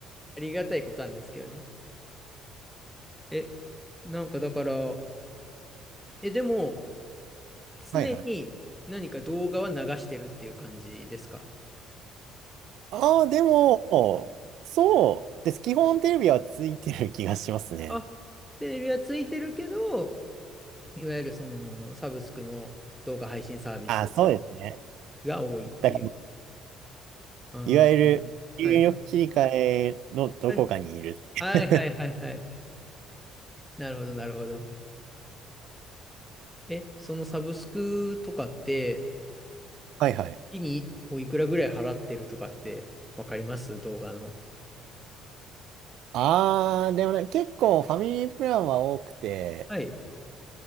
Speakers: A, in the centre; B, on the right.
A: ありがたいことなんですけどね。え、なんかだから、え、でも、常に何か動画は流してるっていう感じですか
B: はいはい。ああ、でも、そうです。基本テレビはついてる気がしますね。
A: あ、テレビはついてるけど、いわゆるそのサブスクの動画配信サービス
B: ああ、そうですね。
A: が多いっていう。
B: だ
A: ああ、
B: いわゆる、入力切り替えのどこかにいる。
A: はい。はい。はいはいはいはい。
B: <laughs>
A: なるほどなるほど。え、そのサブスクとかって、
B: はいはい。
A: 月においくらぐらい払ってるとかってわかります動画の。
B: あー、でもね、結構ファミリープランは多くて、
A: はい。